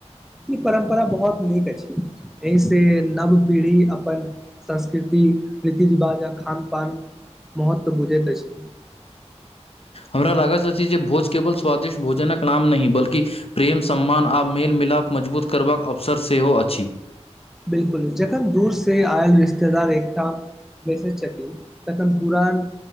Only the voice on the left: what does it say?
हमरा लागत अछि ज भोज केवल स्वादिष्ट भोजनक नाम नहि बल्कि प्रेम, सम्मान आ मेल-मिलाप मजबूत करबाकऽ अवसर सेहो अछि।